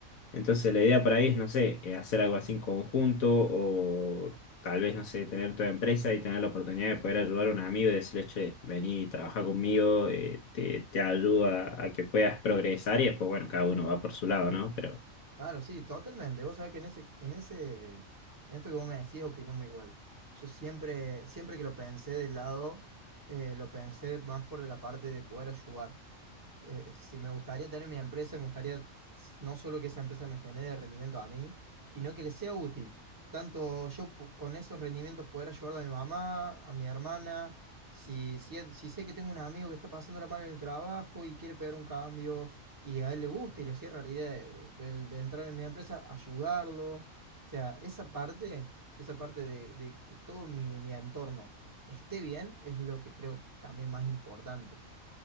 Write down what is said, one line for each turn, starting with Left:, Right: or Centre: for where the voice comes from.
Left: Entonces la idea por ahí es, no sé, eh, hacer algo así en conjunto o tal vez, no sé, tener tu empresa y tener la oportunidad de poder ayudar a un amigo y decirle, che, vení, trabaja conmigo, eh, te, te ayuda a a que puedas progresar y después, bueno, cada uno va por su lado, ¿no? Pero
Right: Claro, sí, totalmente. Vos sabés que en ese, en ese, en esto que vos me decís, opinamos igual. Yo siempre, siempre que lo pensé del lado, eh, lo pensé más por la parte de poder ayudar eh, si me gustaría tener mi empresa, me gustaría s- no solo que esa empresa me genere rendimiento a mí, sino que le sea útil. Tanto yo pu- con esos rendimientos poder ayudar a mi mamá, a mi hermana, si, si, es- si sé que tengo un amigo que está pasándola mal en el trabajo y quiere pegar un cambio y a él le gusta y le cierra la idea de, de- de entrar en mi empresa, ayudarlo. O sea, esa parte, esa parte de, de que todo mi, mi entorno esté bien es lo que creo también más importante.